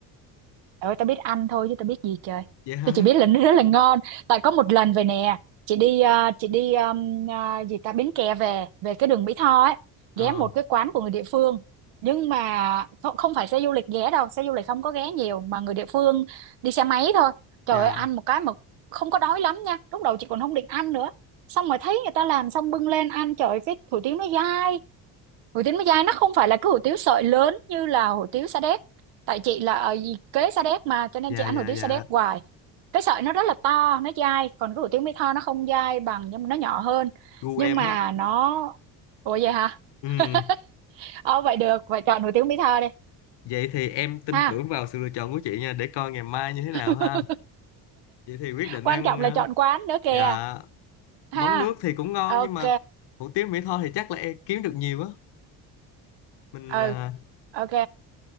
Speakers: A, on the right; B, on the left.
A: Trời Ơi tao biết ăn thôi chứ tao biết gì trời.
B: dạ <laughs>
A: Tôi
B: hả
A: chỉ biết là nó rất là ngon. Tại có một lần về nè, chị đi ờ, chị đi um, ờ, gì ta Bến Tre về về cái đường Mỹ Tho ấy,
B: ờ
A: ghé một cái quán của người địa phương. Nhưng mà không, không phải xe du lịch ghé đâu, xe du lịch không có ghé nhiều mà người địa phương đi xe máy thôi. Trời
B: dạ
A: ơi ăn một cái mà không có đói lắm nha. Lúc đầu chị còn không định ăn nữa. Xong rồi thấy người ta làm xong bưng lên ăn trời ơi, cái hủ tiếu nó dai hủ tiếu Mỹ Giai nó không phải là cái hủ tiếu sợi lớn như là hủ tiếu Sa Đéc tại chị là ở y- kế Sa Đéc mà cho nên
B: dạ
A: chị ăn
B: dạ
A: hủ tiếu
B: dạ
A: Sa Đéc hoài cái sợi nó rất là to nó dai còn cái hủ tiếu Mỹ Tho nó không dai bằng nhưng mà nó nhỏ hơn
B: gu
A: nhưng
B: em
A: mà
B: á
A: nó ủa vậy hả <laughs>
B: ừ
A: ờ vậy được vậy chọn hủ tiếu Mỹ Tho đi
B: vậy thì em tin
A: ha
B: tưởng vào sự lựa chọn của chị nha để coi ngày mai như thế nào
A: <laughs>
B: ha vậy thì quyết định
A: quan
B: ăn
A: trọng là
B: ờ,
A: chọn quán nữa kìa
B: dạ
A: ha
B: món nước thì cũng ngon
A: ok
B: nhưng mà hủ tiếu mỹ tho thì chắc là em kiếm được nhiều á mình
A: ừ
B: ờ,
A: ok